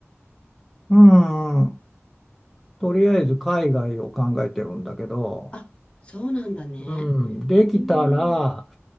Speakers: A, in the centre; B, on the left (about 25°).
A: うん、とりあえず海外を考えてるんだけど、
B: あ、そうなんだね。
A: うん、できたら、
B: うーん、